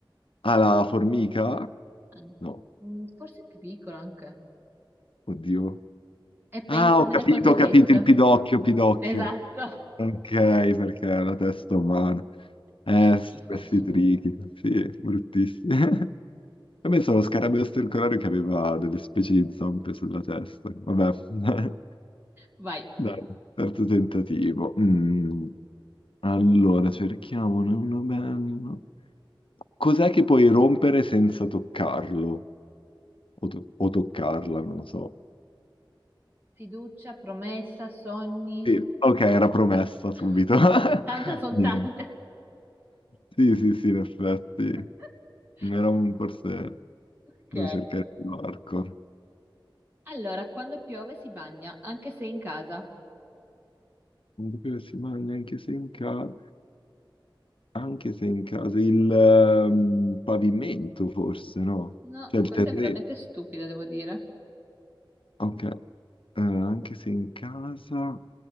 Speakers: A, on the left; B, on the right.
A: Ah, la formica?
B: An-
A: No,
B: mm, forse più piccolo anche.
A: oddio.
B: E
A: Ah,
B: pensa
A: ho capito,
B: bene a quel che ho
A: ho capito,
B: detto.
A: il pidocchio, pidocchio.
B: Esatto.
A: Ok, perché è la testa umana. Eh,
B: Che schifo.
A: s- questi trichi, sì, bruttissimi. <laughs> E penso allo scarabeo stercorario che aveva delle specie di zampe sulla testa. Vabbè, <laughs>
B: Vai.
A: dai, terzo tentativo. Mm. Allora, cerchiamone uno bello. Cos'è che puoi rompere senza toccarlo? O, to- o toccarla, non lo so.
B: Fiducia, promessa, sogni.
A: Sì, ok, era promessa subito.
B: <laughs> Tanta
A: <laughs>
B: sono
A: Niente.
B: tante.
A: Sì, sì, sì, in effetti.
B: <laughs>
A: Era un forse...
B: Ok.
A: Devo cercare il marco.
B: Allora, quando piove si bagna, anche se in casa.
A: Non sapevo che si mangia anche se in casa... Anche se in casa... Il ehm, pavimento, forse, no?
B: No,
A: Cioè il
B: questa
A: terreno.
B: è veramente stupida, devo dire.
A: Ok. Eh, anche se in casa...